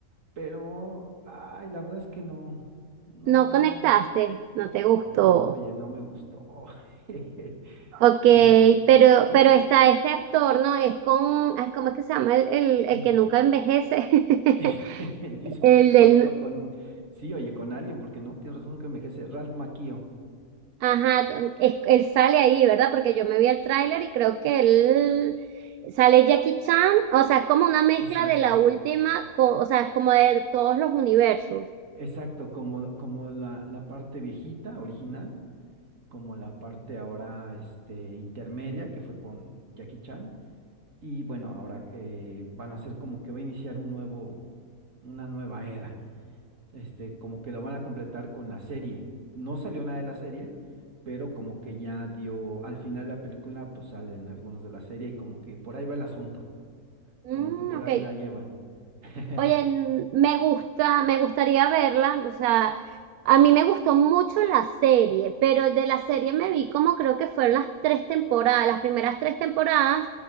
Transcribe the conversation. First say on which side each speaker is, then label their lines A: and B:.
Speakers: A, on the right (about 55°); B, on the right (about 80°).
A: Pero, ay, la verdad es que no, no,
B: No conectaste, no te gustó.
A: no, oye, no me gustó. <laughs>
B: Ok,
A: Es-
B: pero,
A: yo-
B: pero está este actor, ¿no? Es con, ay, ¿cómo es que se llama? El, el, el
A: <clears throat>
B: que nunca envejece. <laughs>
A: <laughs> Hizo
B: El del,
A: pacto con, sí, oye, con alguien, porque no, tienes razón, nunca envejece. Ralph Macchio,
B: ajá, es- él sale ahí, ¿verdad? Porque yo me vi el tráiler y creo que él sale Jackie Chan, o sea, es como una mezcla
A: exacto,
B: de la última, co- o sea, como de todos los universos.
A: exacto, como, como la, la parte viejita, original, como la parte ahora, este, intermedia, que fue con Jackie Chan. Y bueno, ahora eh, van a ser como que va a iniciar un nuevo, una nueva era. Este, como que lo van a completar con la serie. No salió nada de la serie, pero como que ya dio, al final de la película, pues salen algunos de la serie y como que por ahí va el asunto.
B: Mm,
A: como que por
B: ok,
A: ahí la llevan. <laughs>
B: Oye, n- me gusta, me gustaría verla, o sea, a mí me gustó mucho la serie, pero de la serie me vi como creo que fueron las tres temporadas, las primeras tres temporadas,